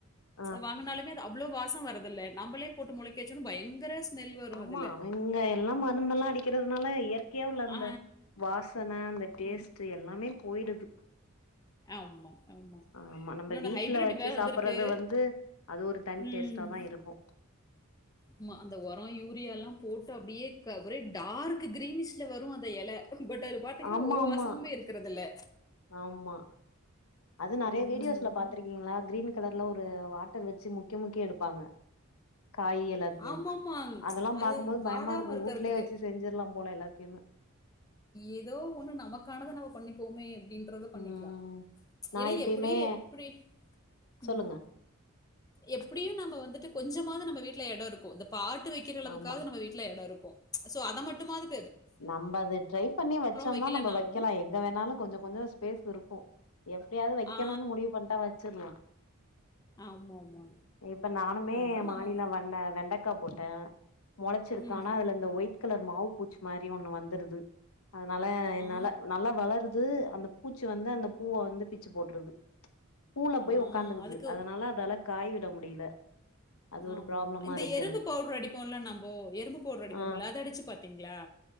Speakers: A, on the left; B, on the left.
A: ஆ
B: வாங்கினாலுமே அது அவ்ளோ வாசோ வரதில்ல நம்மளே போட்டு முளைக்க வச்சா பயங்கர ஸ்மெல் வரும்
A: ஆமா
B: அதுல.
A: அவ்ங்க எல்லா மருந்தெல்லா அடிக்கிறதுனால இயற்கையா உள்ள
B: ஆ.
A: அந்த வாசன அந்த டேஸ்ட்
B: ம்.
A: எல்லாமே போயிடுது
B: ஆமா ஆமா
A: ஆமா நம்ம
B: இன்னொன்னு
A: வீட்ல
B: ஹைபைரட்
A: வச்சு
B: வேற வந்து
A: சாப்புறது
B: இருக்கு
A: வந்து அது ஒரு தனி
B: உம்
A: டேஸ்ட்டா தா இருக்கு
B: ஆமா அந்த ஒரம் யூரியால்லாம் போட்டு அப்படியே ஒரே டார்க் கிரீனிஷ்ல வரும் அந்த எல பட் அது பாத்தீங்கன்னா
A: ஆமா
B: ஒரு வாசமுமே
A: ஆமா
B: இருக்கிறது இல்ல
A: ஆமா அது நெறைய
B: ம்.
A: வீடியோஸ்ல பாத் ருக்கீங்களா கிரீன் கலர்ல ஒரு வாட்டர் வச்சு முக்கி முக்கி எடுப்பாங்க காய் எல்லாத்தையும்
B: ஆமாமா.
A: அதெல்லாம்
B: அது
A: பாக்கும்போது பயமா
B: வாடாம
A: இருக்கும்
B: இருக்கிறதுக்கு.
A: வூட்லயே வச்சு செஞ் சுர்ல்லாம் போல எல்லாத்தையும்
B: ஏதோ ஒண்ணு நமக்கானத நம்ம பண்ணிப்போமே ன்றத பண்ணிக்கலாம்
A: ம் நா
B: ஏன்னா
A: எப்பயுமே
B: எப்டி எப்டி உம்
A: சொல்லுங்க
B: எப்டியும் நம்ம வந்துட்டு கொஞ்சமாவது நம்ம வீட்டுல எடம் இருக்கும் இந்த பாட் வை க்ற அளவுக்காது
A: ஆமா
B: நம்ம வீட்டுல எடம் இருக்கும் சோ அத மட்டுமாவுது
A: நம்ப அது ட்ரை பண்ணி வச்சோம்னா
B: வைக்கலனாலும்
A: நம்ம வைக்கலாம் எங்க வேணாலும் கொஞ்சம் கொஞ்சம் ஸ்பேஸ் இருக்கும். எப்டியாவது வைக்கணும்னு
B: ஆ,
A: முடிவு பண்ணிட்டா வச்சிர்லாம்.
B: ஆமாமா.
A: இப்ப நானுமே
B: அதனால
A: மாடியில
B: நமக்கு
A: வண் வெண்டக்காய் போட்டேன். முளச்சிருக்கு
B: ம்.
A: ஆனா அதுல இந்த ஒயிட் கலர் மாவு பூச்சி மாரி ஒண்ணு வந்துர்து அதனால
B: ஆ,
A: நல்ல நல்லா வளருது அந்த பூச்சி வந்து அந்த பூவ வந்து பிச்சு போட்டுருது. பூவுல போய்
B: ஆ
A: உக்காந்துக்குது
B: அதுக்கு
A: அதனால அதால காய் விட முடியல அது
B: ஆமா
A: ஒரு ப்ராப்ளமா
B: ஆமா இந்த
A: இருக்கு
B: எறும்பு
A: எனக்கு
B: பவுட்ர் அடிப்போம்லாம் நம்போ எறும்பு பவுட்ர் அடிப்போம்ல
A: ஆ
B: அத அடிச்சு பாத்தீங்களா.